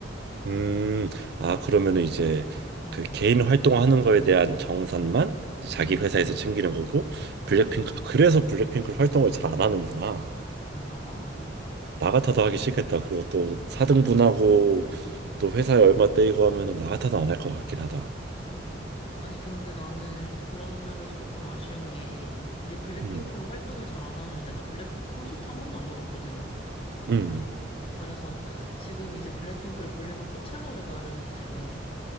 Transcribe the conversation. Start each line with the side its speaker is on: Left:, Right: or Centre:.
Right: 음. 아, 그러면은 이제
Left: 응
Right: 그 개인 활동하는 거에 대한 정산만 이제 자기
Left: 응
Right: 회사에서 챙기는 거고 블랙핑크
Left: 응
Right: 아, 그래서 블랙핑크로 활동을 잘 안 하는구나.
Left: 그런가 봐.
Right: 나
Left: 그런가
Right: 같아도 하기
Left: 봐.
Right: 싫겠다. 그것도 사등분하고
Left: 그러니까.
Right: 또 회사에 얼마 떼이고 하면은 나 같아도 안 할 것 같긴 하다.
Left: 음. 아니, 근데 나는 그런 면에서 조금 아쉬운 게, 이제 블랙핑크로
Right: 음.
Left: 활동을 잘 안 하는데, 나 블랙핑크 콘서트 한 번도 안 가봤거든.
Right: 음.
Left: 그래서 지금 이제 블랙핑크를 보려면 코첼라를 가야 되는데,